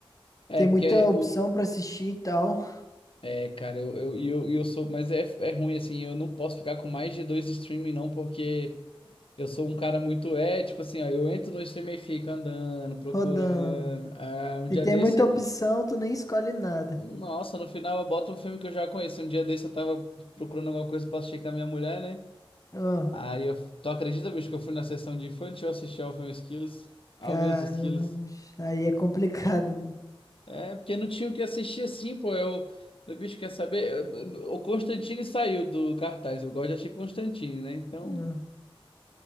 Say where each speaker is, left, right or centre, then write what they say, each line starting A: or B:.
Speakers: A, on the left; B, on the left.
A: É,
B: Tem muita
A: porque
B: opção
A: é o.
B: pra assistir e tal, <laughs>
A: É, cara, eu, eu, e eu, e eu sou. Mas é, é ruim, assim, eu não posso ficar com mais de dois streaming, não, porque eu sou um cara muito. É, tipo assim, ó, eu entro no streaming e fico andando, procurando.
B: rodando.
A: Ah, um dia
B: E tem
A: desse,
B: muita opção, tu nem escolhe nada.
A: nossa, no final eu boto um filme que eu já conheço. Um dia desse eu tava procurando alguma coisa pra assistir com a minha mulher, né?
B: Ah,
A: Aí eu. Tu acredita, bicho, que eu fui na sessão de infantil assistir Alvin e os Esquilos? Alvin
B: caramba,
A: e os Esquilos.
B: bicho. Aí é complicado.
A: É, porque não tinha o que assistir assim, pô. Eu, meu bicho quer saber. eu- O Constantine saiu do cartaz. Eu gosto de assistir Constantine, né? Então,
B: mano.